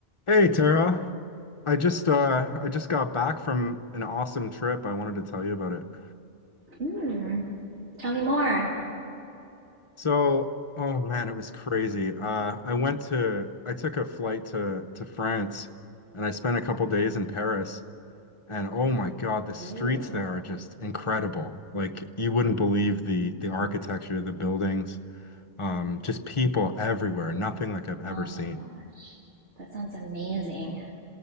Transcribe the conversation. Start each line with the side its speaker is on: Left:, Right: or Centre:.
Left: Hey Tara, I just uh I just got back from an awesome trip. I wanted to tell you about it.
Right: Mm, tell me more.
Left: So, oh man, it was crazy. Uh I went to I took a flight to to France and I spent a couple days in Paris and oh my God, the streets
Right: Ooh,
Left: there are just incredible. Like you wouldn't believe the the architecture, the buildings, um just people everywhere, nothing like I've ever
Right: oh
Left: seen.
Right: my gosh. That sounds amazing.